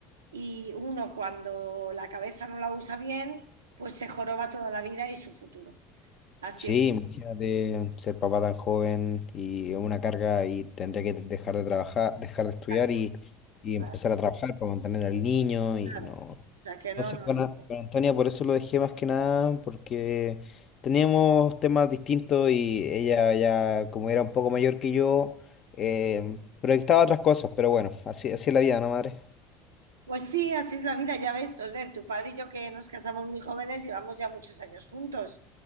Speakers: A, on the right; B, on the left.
A: y uno cuando la cabeza no la usa bien, pues se joroba toda la vida y su futuro. Así
B: Sí,
A: es.
B: imagínate ser papá tan joven y una carga y tendría que dejar de trabajar, dejar de estudiar
A: Claro,
B: y, y
A: claro.
B: empezar a trabajar para mantener al niño y
A: claro.
B: no.
A: O sea que
B: Entonces
A: no, no,
B: con, A-
A: no.
B: con Antonia por eso lo dejé más que nada porque teníamos temas distintos y ella ya como era un poco mayor que yo eh, proyectaba otras cosas, pero bueno, así, así es la vida, ¿no, madre?
A: Pues sí, así es la vida, ya ves, ver, tu padre y yo que nos casamos muy jóvenes, llevamos ya muchos años juntos